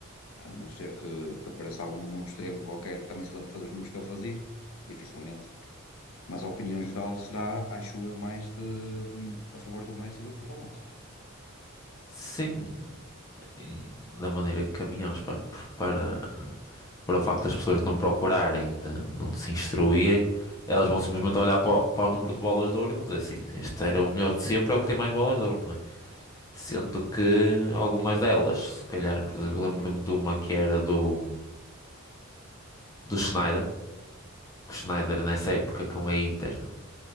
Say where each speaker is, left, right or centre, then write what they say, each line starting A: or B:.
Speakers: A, on the left; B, on the left.
A: a não ser que, que apareça algum monstrengo qualquer que também se lembre de fazer os números que ele fazia, dificilmente. Mas a opinião geral será, acho eu, mais de, de- a favor do Messi do que do Ronaldo.
B: Sim, e da maneira que caminhamos para, para, para o facto das pessoas não procurarem, de não se instruírem, elas vão simplesmente olhar para o, para o número de bolas de ouro e vão dizer assim: este era o melhor de sempre, é o que tem mais bolas de ouro, não é? Sendo que algumas delas, se calhar, por exemplo, lembro-me de uma que era do. do Schneider, que o Schneider nessa época com a Inter